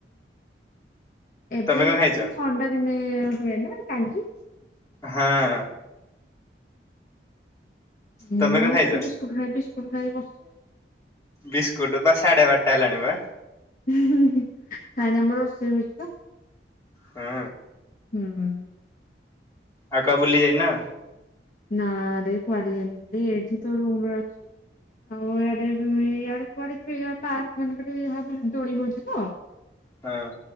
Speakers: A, on the left; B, on the left.
A: ଏବେ
B: ତମେ
A: ହେଇଛି
B: କଣ ଖାଇଛ?
A: ଥଣ୍ଡା ଦିନେ ହୁଏ ନା କାଞ୍ଜି?
B: ହଁ।
A: ହୁଁ
B: ତମେ
A: ମୁଁ
B: କଣ
A: ଆଉ
B: ଖାଇଛ?
A: ସେ ବିସ୍କୁଟ ଖାଇ ବିସ୍କୁଟ ଖାଇ ବସଚି।
B: ବିସ୍କୁଟ ବା ସାଡେ ବାରଟା ହେଲାଣି ବା।
A: ହୁଁ ହୁଁ ଖାଇନି ଆମ ରୋଷେଇ ହଉଚି ବା।
B: ହୁଁ।
A: ହୁଁ ହୁଁ।
B: ଆଉ କା ବୁଲି ଯାଇନ?
A: ନା ରେ କୁଆଡେ ଯାଇନଥିଲି ଏଇଠି ତ ରୁମ ରେ ଅଛି। ଆଉ ଇଆଡେ ବି ଇଆଡେ କୁଆଡେ ପି ପାର୍କ ମାନଙ୍କରେ ହା ବୁଲି ଦୋଳି ପଡିଚି ତ।
B: ହଁ।